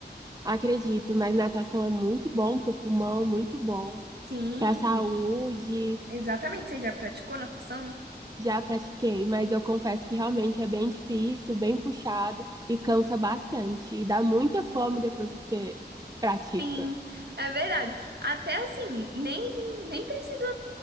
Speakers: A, on the right (about 20°); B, on the right (about 65°).
A: Acredito, mas natação é muito bom para o pulmão, muito bom
B: Sim,
A: para a saúde.
B: exatamente. Você já praticou natação?
A: Já pratiquei, mas eu confesso que realmente é bem difícil, bem puxado e cansa bastante. E dá muita fome depois que você pratica.
B: Sim, é verdade. Até assim, nem nem precisava.